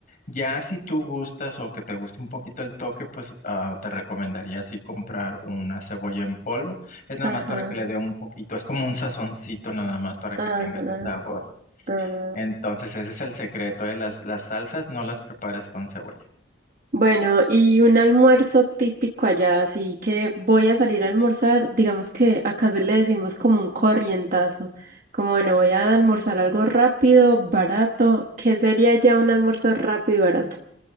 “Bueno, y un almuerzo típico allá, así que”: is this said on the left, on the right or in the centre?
Right